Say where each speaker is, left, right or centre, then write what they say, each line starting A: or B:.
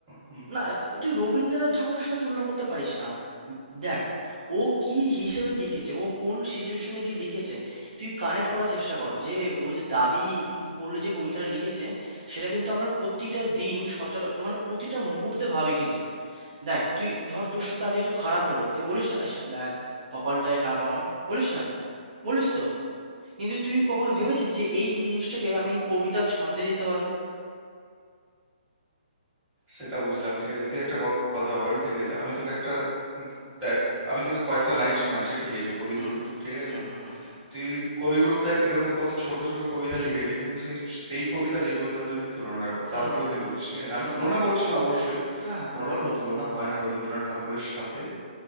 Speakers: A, on the right (about 20°); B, on the right (about 60°).
A: হুম
B: না তুই
A: হুম,
B: রবীন্দ্রনাথ ঠাকুরের সাথে তুলনা করতে পারিস না দেখ ও কি হিসেবে লিখেছে ও কোন সিচুয়েশনে গিয়ে লিখেছে তুই কানেক্ট করার চেষ্টা কর যে ও যে দাবি বলে যে কবিতাটা লিখেছে সেটা কিন্তু আমরা প্রতিটা দিন সচরা মানে প্রতিটা মুহূর্তে ভাবি কিন্তু দেখ তুই ধর তোর সাথে আজ কিছু খারাপ হলো তুই বলিস না "ইস, ব্যাং, কপালটাই খারাপ আমার বলিস না বলিস তো কিন্তু তুই কখনো ভেবেছিস যে এই যে জিনিসটাকে আমি কবিতার ছন্দে দিতে পারি
A: সেটা বুঝলাম ঠিক আছে তুই একটা ক- কথা বল ঠিক আছে আমি তোকে একটা উম, দেখ আমি তোকে কয়েকটা লাইন শোনাচ্ছি ঠিক আছে কবিগুরুর
B: হুম
A: ঠিক আছে
B: হুম হুম হুম
A: তুই কবিগুরু দেখ এরকম কত ছোট ছোট কবিতা লিখেছে কিন্তু সেই সেই কবিতার এই কবিতার মধ্যে তুই তুলনা কর
B: হুম
A: তারপরে
B: হুম
A: তুই
B: হুম
A: বলিস ঠিক আছে আমি
B: হুম
A: তুলনা
B: হুম
A: করছি না অবশ্যই
B: হ্যাঁ, হ্যাঁ,
A: কোনো
B: বল,
A: রকম
B: বল,
A: তুলনা
B: বল।
A: হয় না রবীন্দ্রনাথ ঠাকুরের সাথে